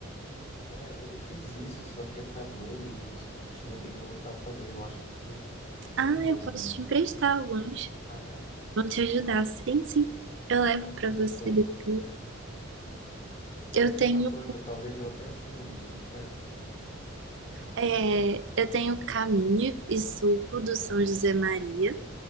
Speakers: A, on the left (about 30°); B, on the right (about 65°).
A: É, eu fiz isso, só que acabou os livros que eu tinha, eu tenho que voltar a fazer. Eu acho que esse, isso é
B: Ah,
A: uma boa
B: eu posso
A: mesmo.
B: te emprestar alguns.
A: Ah, é?
B: Vão te ajudar. Sim, sim. Eu levo
A: Quais
B: pra
A: que você
B: você
A: tem?
B: depois.
A: Eu também
B: Eu
A: sou
B: tenho,
A: católico, talvez eu até tenha lido. Quais que você leu?
B: é, eu tenho caminho e suco do São José Maria.